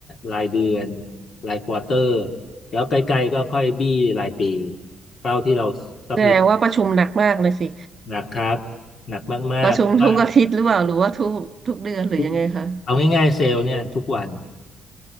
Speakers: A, on the left; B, on the right.
A: รายเดือนรายควอเตอร์แล้วใกล้ๆก็ค่อยบี้รายปีเป้าที่เราสับมิ
B: แสดงว่าประชุมหนักมากเลยสิ
A: t หนักครับหนักมากๆว่า
B: ประชุมทุกอาทิตย์หรือเปล่าหรือว่าทุกทุกเดือนหรือยังไงคะ
A: ทุกเอาง่ายๆเซลล์เนี่ยทุกวัน